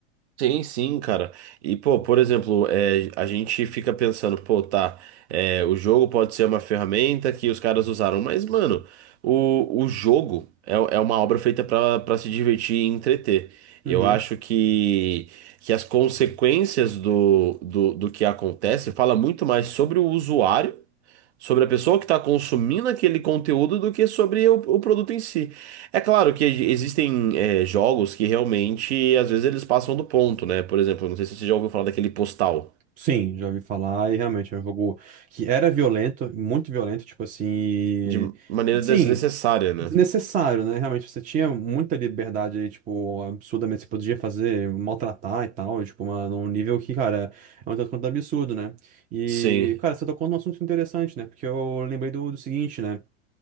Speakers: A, on the right (about 75°); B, on the right (about 25°).
A: Sim, sim, cara. E, pô, por exemplo, é, a gente fica pensando, pô, tá, é, o jogo pode ser uma ferramenta que os caras usaram, mas, mano, o, o jogo é, é uma obra feita pra para se divertir e entreter.
B: Uhum.
A: Eu acho que, que as consequências do, do, do que acontece fala muito mais sobre o usuário sobre a pessoa que está consumindo aquele conteúdo do que sobre o, o produto em si. É claro que existem é, jogos que realmente, às vezes, eles passam do ponto, né? Por exemplo, não sei se você já ouviu falar daquele postal,
B: Sim, já ouvi falar e realmente é um jogo que era violento, muito violento, tipo assim, e,
A: de maneira
B: assim,
A: desnecessária, né?
B: desnecessário, né? Realmente você tinha muita liberdade ali, tipo, absurdamente você podia fazer, maltratar e tal, tipo, uma, num nível que, cara, é um tanto quanto absurdo, né? E,
A: Sim,
B: cara, você tocou num assunto interessante, né? Porque eu lembrei do, do seguinte, né?